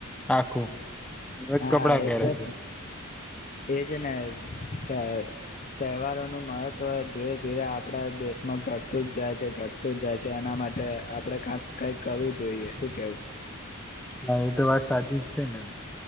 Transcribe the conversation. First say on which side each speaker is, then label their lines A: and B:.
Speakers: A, in the centre; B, on the left (about 35°).
A: આખું.
B: હા
A: કપડાં
B: એટલે
A: પહેરે છે
B: જ એજ ને સ તહેવારોનું મહત્વ ધીરે ધીરે આપડા દેશમાં ઘટતું જ જાય છે, ઘટતું જ જાય છે એના માટે આપડણે કક કઈક કરવું જોઈએ શું કેવું.
A: હા એ તો વાત સાચી જ છે ને.